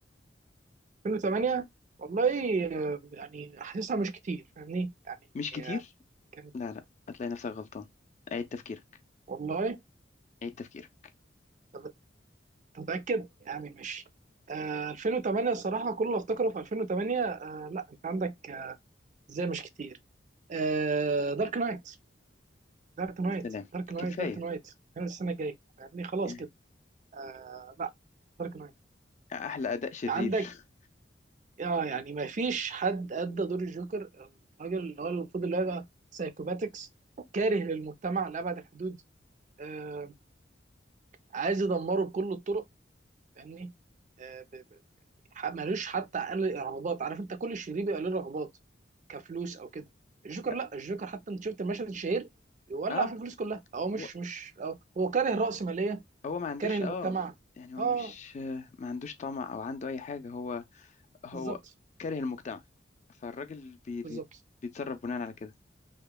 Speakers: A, on the right; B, on the left.
A: 2008 والله آه، يعني حاسسها مش كتير فاهمني يعني
B: مش كتير
A: آه، كان
B: لا لا هتلاقي نفسك غلطان عيد تفكيرك
A: والله
B: عيد تفكيرك
A: طب- تتأكد يعني مش آه 2008 الصراحة كل اللي افتكره في 2008 آه لا انت عندك آه، ازاي مش كتير آه دارك نايت دارك نايت
B: السلام
A: دارك نايت
B: كفايه
A: دارك نايت السنة الجاية يعني خلاص
B: يعني
A: كده آه لا دارك نايت
B: احلى اداء شرير
A: عندك اه يعني ما فيش حد ادى دور الجوكر الراجل اللي هو المفروض اللي هو يبقى سايكوباتكس كاره للمجتمع لابعد الحدود آه عايز يدمره بكل الطرق فاهمني آه ب- ب- ح- ملوش حتى اقل رغبات عارف انت كل شرير بيبقى له رغبات كفلوس او كده الجوكر
B: <laughs>
A: لا الجوكر حتى انت شفت المشهد الشهير يولع
B: اه
A: في الفلوس كلها هو مش
B: هو
A: مش أو هو كاره رأسمالية
B: هو ما عندوش
A: كاره المجتمع
B: اه يعني هو
A: اه
B: مش آه، ما عندوش طمع او عنده اي حاجه هو هو
A: بالظبط
B: كاره المجتمع فالراجل بي
A: بالظبط
B: بي بيتصرف بناء على كده